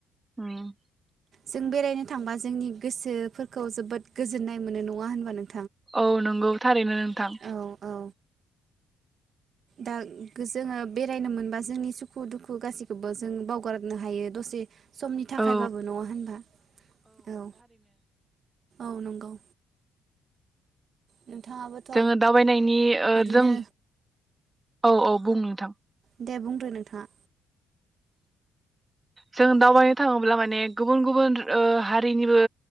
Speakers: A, on the right; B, on the right.
A: हम।
B: जों बेरायनो थांबा जोंनि गोसोफोरखौ जोबोद गोजोननाय मोनो नङा होनबा नों
A: औ नंगौ थारैनो नोंथां।
B: औ औ दा जोङो बेरायनो मोनबा जोंनि सुखु दुखु गासिखौबो जों बावगारनो हायो दसे समनि थाखायबाबो
A: औ
B: नङा होनबा औ औ नंगौ। नोंथाङाबोथ'
A: जोङो दावबायनाय <unintelligible>
B: बिदिनो
A: जों औ औ बुं नोंथां
B: दे बुंदो नोंथाङा
A: जों दावबायनो थाङोब्ला माने गुबुन गुबुन ओ हारिनिबो